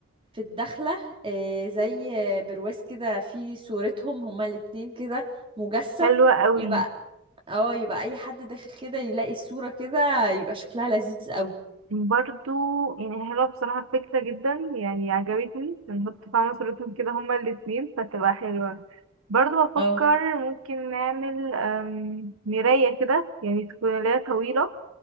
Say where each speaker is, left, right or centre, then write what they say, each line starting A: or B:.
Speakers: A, on the right (about 25°); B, on the right (about 75°).
A: في الدخلة آه، زي برواز كده في صورتهم هما الاتنين كده مجسم
B: حلوة قوي
A: يبقى اه يبقى اي حد داخل كده يلاقي الصورة كده يبقى شكلها لذيذ قوي
B: برضو يعني حلوة بصراحة الفكرة جدا يعني عجبتني نحط فيها صورتهم كده هما الاتنين فتبقى حلوة برضو بفكر
A: اه
B: ممكن نعمل أم، مراية كده يعني تكون اللي هي طويلة